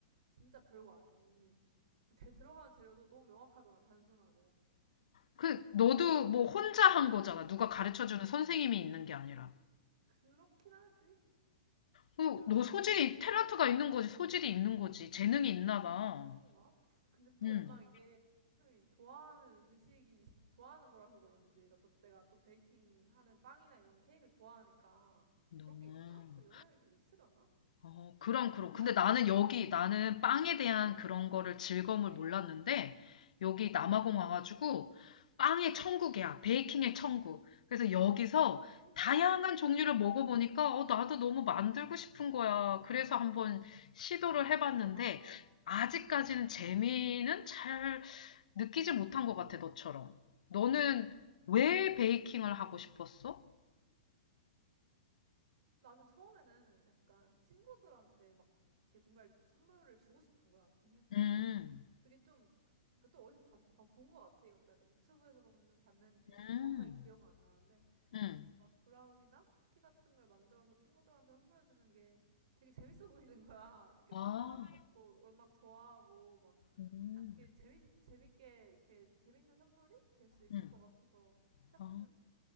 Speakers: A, on the right; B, on the left.
A: 진짜 별거 아니야, 언니. 제 들어가는 재료도 너무 명확하잖아, 단순하고.
B: 그, 너도 뭐 혼자 한 거잖아. 누가
A: 음,
B: 가르쳐주는 선생님이 있는 게 아니라.
A: 그렇긴 하지.
B: 그,
A: 진짜,
B: 너 소질이, 탤런트가 있는 거지, 소질이 있는 거지. 재능이 있나 봐.
A: 그런가? 근데 또
B: 응.
A: 워낙 이게 사람이 좋아하는 음식이 있- 좋아하는 거라서 그런지 나 또, 내가 또 베이킹 하는 빵이나 이런 케이크를 좋아하니까
B: 음.
A: 그런 게 있나? 영향이 좀 있으려나?
B: 어, 그럼, 그럼.
A: 빵
B: 근데 나는 여기, 나는 빵에 대한 그런 거를 즐거움을
A: 그니까
B: 몰랐는데, 여기 남아공
A: 오,
B: 와가지고, 빵의 천국이야.
A: 음
B: 베이킹의 천국. 그래서 여기서
A: 그니까
B: 다양한 종류를 먹어보니까,
A: 어.
B: 어, 나도 너무 만들고 싶은 거야. 그래서 한번 시도를 해봤는데,
A: 우와
B: 아직까지는 재미는
A: 음.
B: 잘 느끼지 못한 것 같아, 너처럼. 너는 왜 베이킹을
A: 아
B: 하고
A: 그래?
B: 싶었어?
A: 나는 처음에는 약간 친구들한테 막 이렇게 뭔가 선물을 주고 싶은 거야, 킹해서.
B: 음,
A: 그게 좀, 그또 어디서 본거 같아, 이것도. 약간 유튜브에서 봤는, 봤는지
B: 음,
A: 정확하게 기억은 안 나는데,
B: 음.
A: 막 브라운이나 쿠키 같은 걸 만들어서 친구들한테 선물해주는 게 되게 재밌어 보이는 거야. 이렇게
B: 아,
A: 막 포장하는 것도 워낙 좋아하고, 막,
B: 음.
A: 하- 이게 재미, 재밌게, 이렇게 재밌는 선물이 될 수 있을
B: 응.
A: 것 같아서 시작했는데,
B: 아,